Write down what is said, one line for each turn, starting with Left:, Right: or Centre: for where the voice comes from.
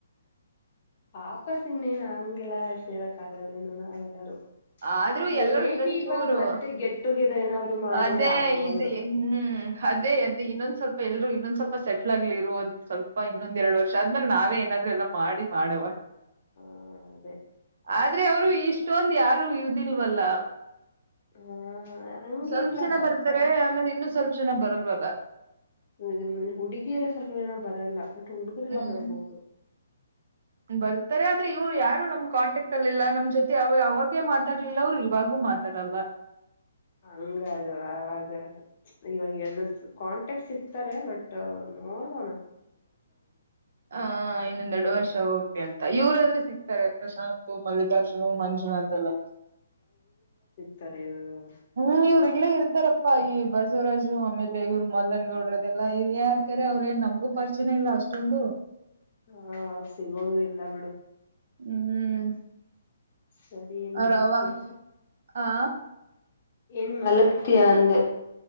Left: ಪಪಾ ಸೂನ್ನೆ ನಂಗ ಗೆಲ್ಲ ಶೇರಕ್ ಆಗಲ್ವೇನು ನಾವೆಲ್ಲರೂ
Right: ಆದ್ರೂ
Left: ಮೇ
Right: ಎಲ್ಲರೂ ಇನ್ನೊಂದ್
Left: ಬಿ ಇವಾಗ
Right: ಚೂರು
Left: ಮತ್ತೆ ಗೆಟ್ ಟುಗೆದರ್ ಏನಾದ್ರು ಮಾಡಿದ್ರೆ
Right: ಅದೇ
Left: ಆಗ್ಬೋದು
Right: ಇ ಹ್ಮ್ ಹ್ಮ್ ಅದೇ ಅದೇ ಇನ್ನೊಂದ್ ಸ್ವಲ್ಪ ಎಲ್ರು ಇನ್ನೊಂದ ಸ್ವಲ್ಪ ಸೆಟ್ಲ್ ಆಗ್ಲಿ ಇೋ ಒಂದ ಸ್ವಲ್ಪ ಇೊಂದ ಎರಡು ವರ್ಷ ಆದ್ಮೇಲೆ ನಾವೇ ಏನಾದ್ರು ಎಲ್ಲ ಮಾಡಿ ಮಾಡವ
Left: ಹಾ ಅದೇ
Right: ಆದ್ರೆ ಅವರು ಇಷ್ಟೊಂದು ಯಾರು ದೀಲ್ವಲ್ಲ
Left: ಹ ಹಂಗೇನಿಲ್ಲ
Right: ಸ್ವಲ್ಪ ಜನ
Left: ಬರ್ತಾರ
Right: ಬರ್ತಾರೆ ಆಮೇಲೆ ಇನ್ನು ಸ್ವಲ್ಪ ಜನ ಬರಲ್ವಾಗ
Left: ಮ ಹುಡುಗಿಯರ ಸ್ವಲ್ಪ ಏನ ಬರಲ್ಲ ಬಟ್ ಹುಡುಗರೆಲ್ಲ
Right: ಹ್ಮ್
Left: ಬರ್ಬೋುದು
Right: ಬರ್ತಾರೆ ಆದ್ರೆ ಇವ್ರು ಯಾರು ನಮ್ ಕಾಂಟ್ಯಾಕ್ಟ್ ಅಲ್ಲಿ ಇಲ್ಲ ನಮ್ ಜೊತೆ ಅವ ಯಾವಾಗ ೆ ಮಾತಾಡ್ಲಿಲ್ಲ ಅವರು ಇವಾಗೂ ಮಾತಾಡಲ್ವ
Left: ಹಂಗ ಅದು ಅವಾಗದು ಇವಾಗ ಎಲ್ಲ ಕಾಂಟ್ಯಾಕ್ಟ್ ಸಿಗ್ತಾರೆ ಬಟ್ ನೋಡಣ
Right: ಹ ಇನ್ನೊಂದೆರಡು ವರ್ಷ ಹೋಗ್ತೆ ಅಂತ ಇವ್ರಾದ್ರೂ ಸಿಗ್ತಾರೆ ಪ್ರಶಾಂತ್ ಮಲ್ಲಿಕಾರ್ಜುನ ಮಂಜುನಾಥ್ ಎಲ್ಲ
Left: ತಾರೆ <unintelligible>
Right: ಹ್ಮ್ ಇವ್ರು ಇಲ್ಲೇ ಇರ್ತಾರಪ್ಪಾ ಈ ಬಸವರಾಜು ಅಮೆ <unintelligible> ಇಲ್ಲ ಇವ್ರ ಮಲ್ಲನ್ಗೌಡ್ರದೆಲ್ಲಾ ಇ ಯಾರ್ಕಾರೆ ಅವ್ರ ಏನ್ ನಮ್ಗು ಪರಿಚಯ ಇಲ್ಲ ಅಷ್ಟೊಂದು
Left: ಹಾ ಸಿಗೋದು ಇಲ್ಲ ಬಿಡು
Right: ಹ್ಮ್
Left: ಸರಿ ಏನ್
Right: ಅವ್ರ
Left: ಮಲಗತಿಯ
Right: ಅವ ಆ
Left: ಎನ್ ಮಲಗತಿಯ ಆಂದೇ